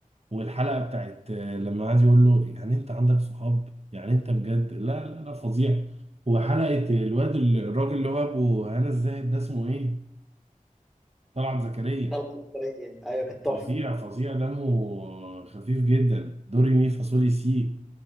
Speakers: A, on the right; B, in the centre.
A: والحلقة بتاعت آه، لما قعد يقول له يعني انت عندك صحاب يعني انت بجد لا لا لا فظيع وحلقة الواد ال- الراجل اللي هو ابو هنا الزاهد ده اسمه ايه طلعت زكريا
B: خلق أيوه كانت تحفة
A: فظيع فظيع دمه خفيف جدا دوري مي فاصولي سي